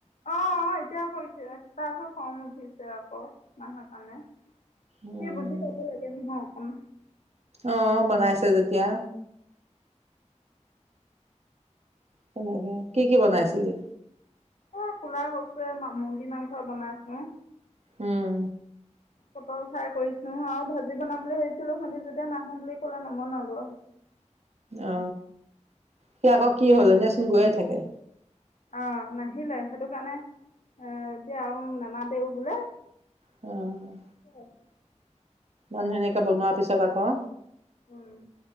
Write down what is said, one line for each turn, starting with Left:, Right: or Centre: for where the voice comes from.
Left: অ অ এতিয়া কৰি তাতো খং উঠিছে আকৌ নাহা কাৰণে। সি
Right: উম
Left: বুজি পাব লাগে নহয় অকন।
Right: অ বনাইছে যেতিয়া সনেকে কি কি বনাইছিলি?
Left: অ কোলা কচু মুৰ্গী মাংস বনাইছো।
Right: উম
Left: পটল ফৰাই কৰিছো আৰু ভাজি বনাম বুলি ভাবিছিলো সিহঁতে যেতিয়া নাহো বুলি কলে নবনালো আৰু।
Right: অ সি আকৌ কি হ'ল এনে চোন গৈয়ে থাকে।
Left: অ নাহিলে সেইটো কাৰণে এ এতিয়া আৰু নামাতেও বোলে
Right: অ'।
Left: <unintelligible>
Right: মানুহ মেনেক বনোৰ পিছত আকও।
Left: উম।